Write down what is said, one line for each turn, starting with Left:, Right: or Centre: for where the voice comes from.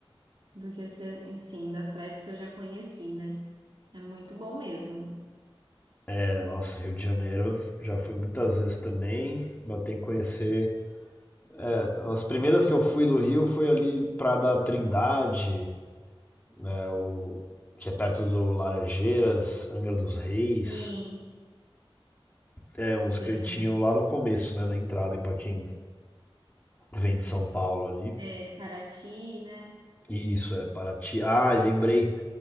Right: do que esse, assim, das praias que eu já conheci, né? É muito bom mesmo.
Left: É, nossa, Rio de Janeiro, já fui muitas vezes também, mas tem que conhecer. É, as primeiras que eu fui do Rio foi ali Praia da Trindade, né, o, que é perto do Laranjeiras, Angra dos Reis,
Right: Sim,
Left: é uns
Right: sim.
Left: cantinhos lá no começo, né, na entrada, para quem vem de São Paulo ali.
Right: É, Paraty, né?
Left: Isso, é Paraty. Ah, e lembrei